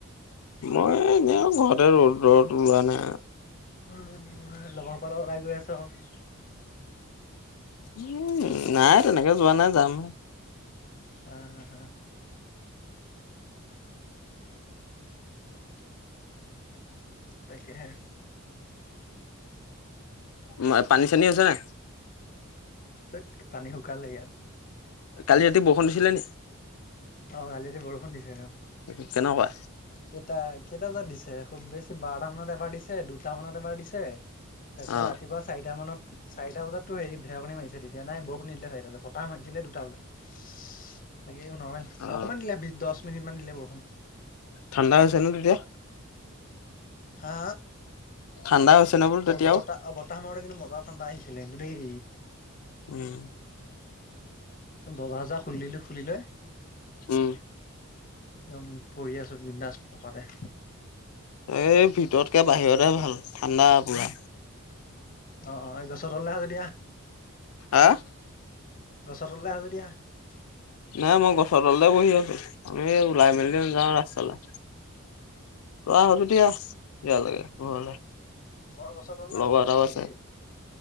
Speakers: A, on the left; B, on the left.
A: মই এনে ঘৰতে ৰ'দ ৰ'দ ওলোৱা নাই।
B: অ লগৰ সোপা লগত ওলাই গৈ আছোঁ আৰু।
A: উম নাই তেনেকে যোৱা নাই যাম।
B: হ হা হা! তাকে হে।
A: ম পানী চানী আছে নাই?
B: থেত পানী শুকালে ইয়াত।
A: কালি ৰাতি বৰষুণ দিছিলে নি?
B: অ কালিটো বৰষুণ দিছে ন।
A: এই কেনেকুৱা?
B: কেইটা কেইটা বজাত দিছে খুব বেছি বাৰ মান বজাত দিছ দুটা মানত এবাৰ দিছে, তাৰপিছত
A: অ।
B: ৰাতিপুৱা চাৰিটা মানত চাৰিটা বজাটো হেৰি ঢেৰেকনি মাৰিছে তেতিয়া নাই বৰষুণ নিদিলে চাৰিটা বজাত বতাহ মাৰিছিলে দুটা বজাত ইচ। বাকী নৰ্মেল
A: অ
B: অকণমান দিলে দশ মিনিটমান দিলে বৰষুণ।
A: ঠাণ্ডা আছে ন তেতিয়া?
B: হা?
A: ঠাণ্ডা হৈছে নে বোলো তেতিয়াও
B: অ বতা -বতাহ মাৰোতে কিন্তু মজা ঠাণ্ডা আহিছিল। লাগিব দেই।
A: উম।
B: দহ হাজাৰ খুলিলো খুলিলে।
A: উম।
B: একদম পৰি আছো বিদাচ পকাতে।
A: এই ভিতৰতকে বাহিৰতেই ভাল ঠাণ্ডা পুৰা।
B: অঁ এই গছৰতলে আহো দিয়া।
A: আহ!
B: গছৰ তলে আহ যদি আহ।
A: নাই মই গছৰ তলতে বহি আছো, আমি ওলাই মেলি যাওঁ ৰাস্তালৈ। তয় আহে যদি আহ ইয়ালে ঘৰলে।
B: মই গছৰ তললে
A: লগৰ
B: আছো
A: এটাও আছে
B: এ।